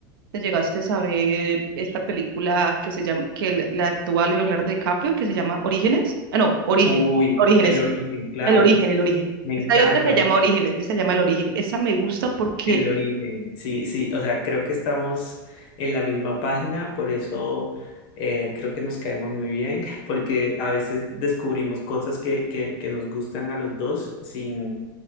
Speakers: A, on the right; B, on the left.
A: te llegaste a saber esta película que se llama, que la la actúa Leonardo DiCaprio, que se llama Orígenes. Ah, no, Origen.
B: uy,
A: Orígenes,
B: el
A: sí.
B: origen, claro,
A: El origen, el origen.
B: me encanta.
A: Es que hay otra que se llama Orígenes, esa se llama El Origen. Esa me gusta porque...
B: El origen, sí, sí, o sea, creo que estamos en la misma página, por eso eh, creo que nos caemos muy bien, <laughs> porque a veces descubrimos cosas que, que, que nos gustan a los dos sin,